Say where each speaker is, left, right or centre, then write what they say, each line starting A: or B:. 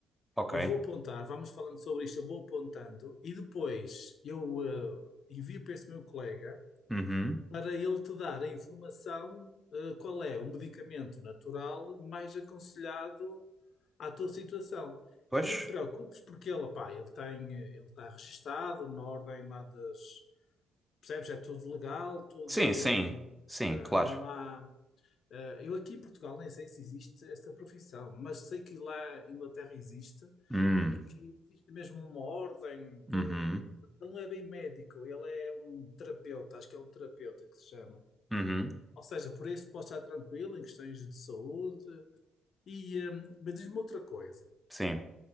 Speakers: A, in the centre; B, on the left.
A: ok.
B: eu vou apontar, vamos falando sobre isto, eu vou apontando e depois eu eh, envio para esse meu colega
A: Uhum.
B: para ele te dar a informação eh, qual é o medicamento natural mais aconselhado à tua situação.
A: Pois.
B: Não te preocupes porque ele, pá, ele tem, eh, ele está registado na ordem lá das, percebes? É tudo legal, tudo,
A: Sim, sim,
B: hum,
A: sim, claro.
B: não há eh, eu aqui em Portugal nem sei se existe esta profissão, mas sei que lá em Inglaterra existe
A: Hum,
B: e que existe mesmo uma ordem de.
A: uhum,
B: Ele não é bem médico, ele é um terapeuta, acho que é um terapeuta que se chama.
A: uhum,
B: Ou seja, por isso pode estar tranquilo em questões de saúde. E, eh, mas diz-me outra coisa:
A: sim.